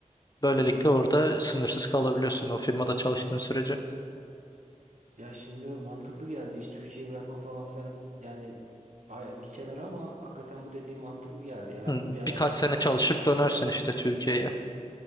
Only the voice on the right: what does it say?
Evet.
Ya şimdi mantıklı geldi. Hiç Türkiye'yi bırakma falan filan yani ay- bir kenara ama hakikaten bu dediğim mantıklı geldi ya. Ben
bunu bir araştırayım
olmazsa.